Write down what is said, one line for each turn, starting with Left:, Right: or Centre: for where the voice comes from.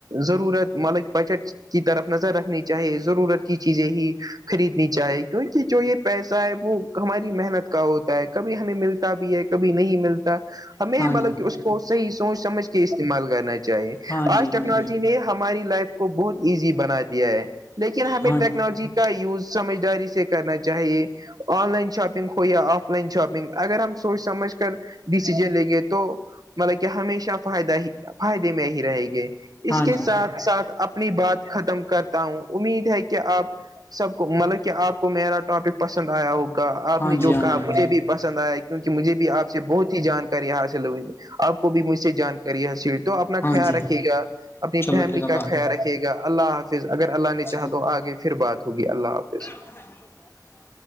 Right: ضرورت ملک بجٹ کی طرف نظر رکھنی چاہیے ضرورت کی چیزیں ہی خریدنی چاہی کیونکہ جو یہ پیسہ ہے وہ ہماری محنت کا ہوتا ہے کبھی ہمیں ملتا بھی ہے کبھی نہیں ملتا ہمیں
Left: ہاں جی
Right: مطلب کہ اس کو صحیح سوچ سمجھ کے استعمال کرنا چاہیے چاہ
Left: ہاں جی
Right: آج ٹیکنالوجی
Left: ہاں جی
Right: نے ہماری لائف کو بہت ایزی بنایا دیا ہے لیکن ہمیں
Left: ہاں
Right: ٹیکنالوجی
Left: جی
Right: کا یوز سمجھداری سے کرنا چاہیے آن لائن شاپنگ ہو یا آف لائن شاپنگ اگر ہم سوچ سمجھ کے ڈیسیزن لیں گے تو مطلب کہ ہمیشہ فائدہ ہی فائدے میں ہی رہے گے
Left: ہاں
Right: اس کے
Left: جی
Right: ساتھ ساتھ اپنی بات ختم کرتا ہوں امید ہے کہ آپ سب کو مطلب کہ آپ میرا ٹاپک پسند آیا ہوگا آپ
Left: ہاں
Right: نے
Left: جی
Right: جو
Left: ہاں
Right: کہا مجھے
Left: جی ہاں جی
Right: بھی پسند آیا کیونکہ مجھے بھی آپ سے بہت ہی جانکاری حاصل ہوئی آپ کو بھی مجھ سے جانکاری حاصل تو اپنا
Left: ہاں
Right: خیال
Left: جی
Right: رکھھیے گا اپنی
Left: چلو
Right: فیملی
Left: ٹھیک ہے اللہ
Right: کا
Left: حافظ
Right: خیال رکھے گا اللہ حافظ اگر اللہ نے
Left: چلو
Right: چاہا تو آگے پھر بات ہوگی اللہ حافظ
Left: میں تو بہت <inaudible>